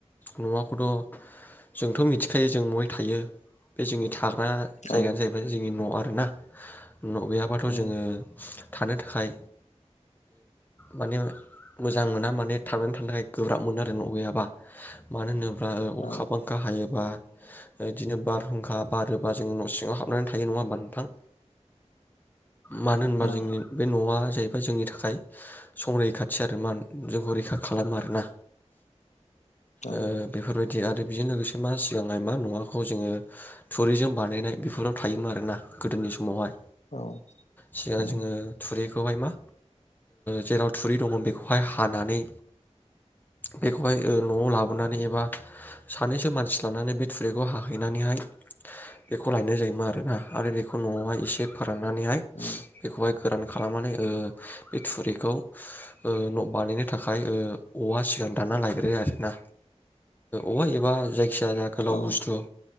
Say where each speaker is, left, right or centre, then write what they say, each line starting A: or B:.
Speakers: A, on the left; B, on the left.
A: नआखौथ जोंथ मिथिखायो जों नहाय थायो बे जोंनि थार बा जायगायानो
B: औ
A: जाहैबाय जोंनि नआव ना न गैयाबाथ
B: उम
A: जोङो। थानो थाखाय। माने मोजां मोना माने थांनानै थानो थाखाय गोब्राब मोनो आरो न गैयाबा मानो होनो ओ अखा
B: औ
A: बांखा हायो। बा बिदिनो बारहुंखा बारोबा जों न' सिङाव हाबनानै थायो नङा होमबा नोंथां। मानो होनबा
B: औ
A: जोंनि बे नआ जाहैबाय। जोंनि थाखाय। थाखाय सम रैखाथि आरो मा जोंखौ रैखा खालामो आरोना।
B: औ
A: ओ बेफोरबायदि आरो। बेजों लोगोसे मा सिगांहाय मा नखौ जोङो थुरिजों बानायनाय बेफोराव थायोमोन आरोना गोदोनि समावहाय
B: औ
A: सिगां
B: उम
A: जोङो थुरि खौहाय मा जेराव थुरि दङ बेखौहाय हानानै बेखौहाय न'आव लाबोनानै एबा सानैसो मानसि लानानै बे थुरिखौ हाहैनानैहाय बेखौ लायनाय जायोमोन आरोना आरो बेखौ न'आवहाय एसे राननानैहाय
B: उम
A: बेखौहाय गोरान खालामनानै बे थुरिखौ न' बानायनो थाखाय औवा सिगां दानना लायग्रोयो आरोना औवा एबा जायखिजाया गोलाव
B: औ
A: बुस्थु